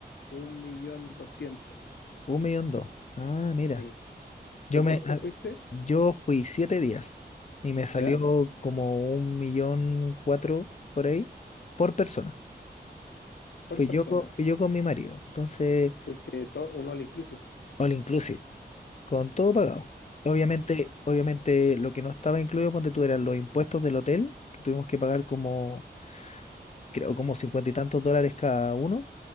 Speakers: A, on the left; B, on the left.
A: un millón doscientos.
B: Un millón dos. Ah, mira.
A: Sí.
B: Yo
A: ¿Tú
B: me,
A: cuánto
B: ah,
A: fuiste?
B: yo fui siete días y me salió
A: ¿Ya?
B: como un millón cuatro por ahí por persona.
A: Por
B: Fui
A: persona.
B: yo, co- fui yo con mi marido. Entonces,
A: Fuiste todo, un all inclusive.
B: all inclusive, con todo pagado. Obviamente,
A: Mm,
B: obviamente lo que no estaba incluido, ponte tú, eran los impuestos del hotel, que tuvimos que pagar como, creo, como cincuenta y tantos dólares cada uno.